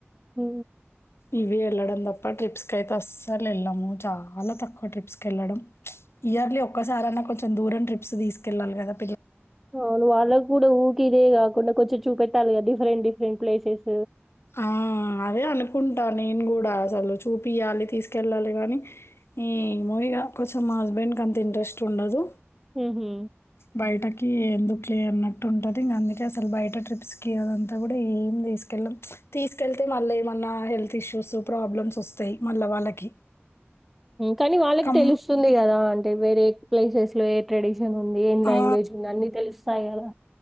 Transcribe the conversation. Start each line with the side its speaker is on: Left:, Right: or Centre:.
Centre: హ
Left: ఇవి వెళ్ళడం తప్ప ట్రిప్స్కి అయితే అస్సలు వెళ్ళాము చాలా తక్కువ ట్రిప్స్కి వెళ్ళడం ఇయర్లీ ఒక్కసారైనా కొంచెం దూరం ట్రిప్స్ తీసుకెళ్ళాలి కదా
Centre: అవును వాళ్ళకు కూడా ఊరికి ఇదే కాకుండా కొంచెం చూపెట్టాలి కదా డిఫరెంట్ డిఫరెంట్ ప్లేసెస్
Left: ఆ అదే అనుకుంటా నేను కూడా అసలు చూపియాలి తీసుకెళ్ళాలి కానీ ఈ మూవీగా కొంచెం మా హస్బెండ్ క అంత ఇంట్రెస్ట్ ఉండదు
Centre: ఉహు.
Left: బయటకి ఎందుకు లే అన్నట్టు ట్ ఉంటది ఇంకా అందుకే అసలు బయట ట్రిప్స్ కి అదంతా కూడా ఏం తీసుకెళ్ళం తీసుకెళ్తే మళ్ళీ ఏమన్నా హెల్త్ ఇష్యూస్ ప్రాబ్లమ్స్ వస్తాయి మళ్ళా వాళ్ళకి
Centre: కానీ వాళ్ళకి
Left: కం
Centre: తెలుస్తుంది కదా అంటే వేరే ప్లేసెస్ లో ఏ ట్రెడిషన్ ంది ఏ లాంగ్వేజ్
Left: ఆ!
Centre: ఉంది అన్ని తెలుస్తాయి కదా